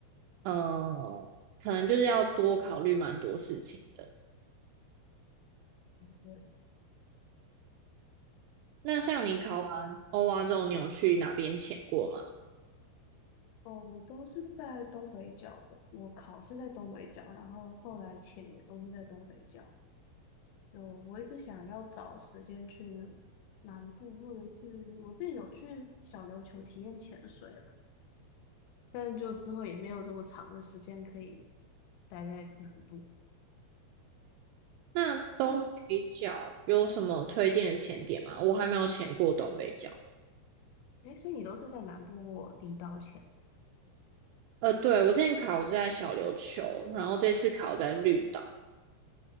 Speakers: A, on the right; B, on the left.
A: 嗯、可能就是要多考虑蛮多事情的。
B: 对，
A: 那像你考完欧蛙之后，你有去哪边潜过吗？
B: 哦，我都是在东北角的，我考是在东北角，然后后来潜也都是在东北角。就我一直想要找时间去南部，或者是我自己有去小琉球体验潜水了，但就之后也没有这么长的时间可以待在南部。
A: 那东北角有什么推荐的潜点吗？
B: 那，
A: 我还没有潜过东北角。
B: 哎，所以你都是在南部或离岛潜？
A: 呃，对，我之前考是在小琉球，然后这次考在绿岛，